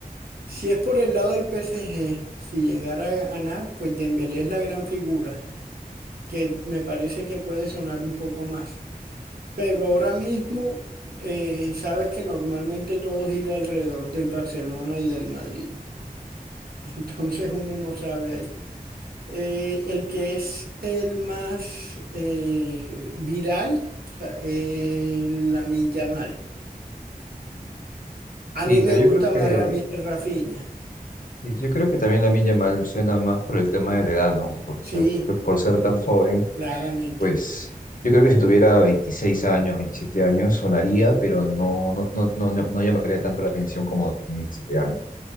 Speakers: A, on the right (about 80°); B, on the left (about 60°).
A: Si es por el lado del PSG, si llegara a ganar, pues Dembélé es la gran figura, que me parece que puede sonar un poco más. Pero ahora mismo, eh, sabes que normalmente todo gira alrededor del Barcelona y del Madrid. <laughs> Entonces uno no sabe ahí. Eh, el que es el más eh, viral, o sea, eh, Lamine Yamal. A
B: Sí,
A: mí me
B: pero
A: gusta
B: yo creo
A: más
B: que,
A: Rami- Rafinha.
B: sí, yo creo que también Lamine Yamal suena más por el tema de la edad, ¿no? Por,
A: Sí,
B: ser- por ser tan joven,
A: claramente.
B: pues yo creo que si tuviera 26 años, 27 años, sonaría, pero no, no, no, no, no llamaría tanto la atención como tiene 17 años,